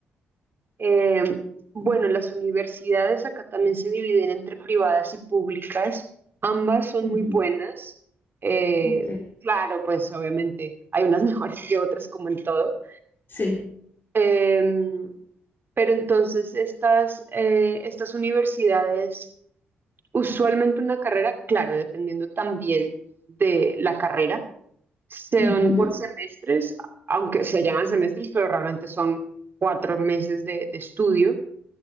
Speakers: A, on the right; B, on the left.
A: Eh, bueno, las universidades acá también se dividen entre privadas y públicas. Ambas son
B: Ujú,
A: muy buenas. Eh,
B: Ok,
A: claro, pues obviamente hay unas <laughs> mejores que otras, como en todo.
B: sí,
A: Em, pero entonces estas, eh, estas universidades, usualmente una carrera, claro, dependiendo también de la carrera Son
B: ujú,
A: por semestres, aunque se llaman semestres, pero realmente son cuatro meses de, de estudio